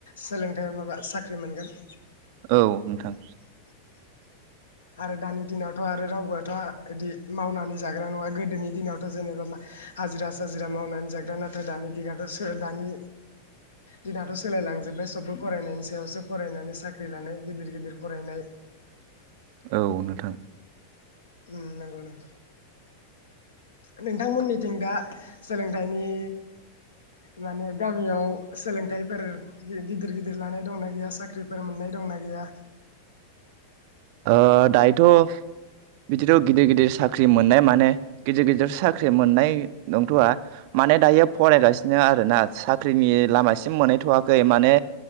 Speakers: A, on the left (about 70°); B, on the right (about 45°).
A: सोलोंथाइ माबा साख्रि मोनगोन
B: औ नोंथां
A: आरो दानि दिनावथ' आरो रावबोआथ' बिदि मावनानै जाग्रा नङा गोदोनि दिनावथ' जेनेबा हाजिरा साजिरा मावनानै जाग्रा नाथाय दानि दिनाथ' दानि दिनाथ' सोलायलांजोब्बाय सबबो फरायनायनि सायावसो फरायनानै साख्रि लानाय गिदिर गिदिर फरायनाय
B: औ नोंथां
A: ओम नांगौ नोंथां नोंथांमोननिथिं दा सोलोंथाइनि माने गामियाव सोलोंथाइफोर गिदिर गिदिर लानाय दंना गैया साख्रिफोर मोननाय दंना गैया
B: ओ दायोथ' बिदिथ' गिदिर गिदिर साख्रि मोननाय माने गिदिर गिदिर सा ख्रि मोननाय नंथ'वआ माने दायो फरायगासिनो आरोना साख्रिनि लामासिम मोनहैथवाखै माने